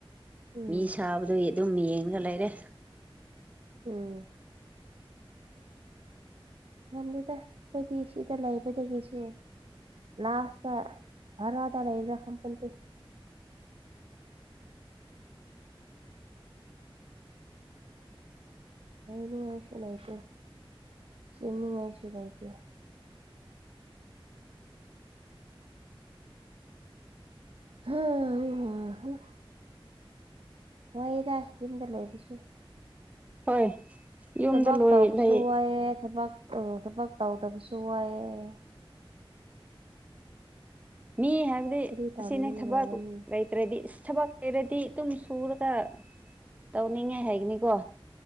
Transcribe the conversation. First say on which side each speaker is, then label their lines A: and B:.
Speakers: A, on the right; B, on the right.
A: ꯎꯝ
B: ꯃꯤ ꯁꯥꯕꯗꯣ ꯌꯦꯠ ꯗꯨꯝ ꯌꯦꯡꯂꯒ ꯂꯩꯔꯦ꯫
A: ꯎꯝ꯫ ꯉꯝꯗꯦꯗ ꯑꯩꯈꯣꯏꯗꯤ ꯁꯤꯗ ꯂꯩꯕꯗꯒꯤꯁꯨ ꯂꯥꯁ꯭ꯠꯇ ꯕꯔꯥꯗ ꯂꯩꯕ꯭ꯔꯥ ꯈꯪꯄꫭꯟꯇꯦ ꯂꯩꯅꯤꯡꯉꯥꯏꯁꯨ ꯂꯩꯇꯦ ꯁꯦꯝꯅꯤꯡꯉꯥꯏꯁꯨ ꯂꯩꯇꯦ <inaudible> ꯋꯥꯏꯗ ꯌꯨꯝꯗ ꯂꯩꯕꯁꯨ
B: ꯍꯣꯏ ꯌꯨꯝꯗ
A: ꯊꯕꯛ
B: ꯂꯣꯏ
A: ꯇꯧꯕꯁꯨ
B: ꯂꯩ
A: ꯋꯥꯏꯑꯦ ꯊꯕꯛ ꯑꯥ ꯊꯕꯛ ꯇꯧꯗꯕꯁꯨ ꯋꯥꯏꯑꯦ
B: ꯃꯤ ꯍꯥꯏꯕꯗꯤ
A: ꯀꯔꯤ ꯇꯧꯔꯗꯤ
B: ꯑꯁꯤꯅꯤ
A: ꯅꯨꯡꯉꯥꯏꯒꯅꯤ
B: ꯊꯕꯛ ꯂꯩ ꯇ꯭ꯔꯥꯗꯤ ꯏꯁ ꯊꯕꯛ ꯂꯩꯔꯗꯤ ꯑꯗꯨꯝ ꯁꯨꯔꯒ ꯇꯧꯅꯤꯡꯉꯥꯏ ꯍꯥꯏꯒꯅꯤꯀꯣ